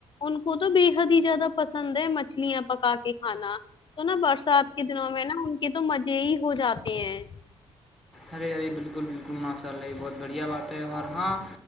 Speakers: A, on the left (about 40°); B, in the centre.
A: ان کو تو بے حد ہی زیادہ پسند مچھلیاں پکا کے کھانا تو نہ برسات کے دنوں میں نہ ان کہ تو مزے ہی ہو جاتے ہیں
B: ارے ارے بلکل بلکل ماشاء اللہ یہ بہت بڑھیا بات ہے اور ہاں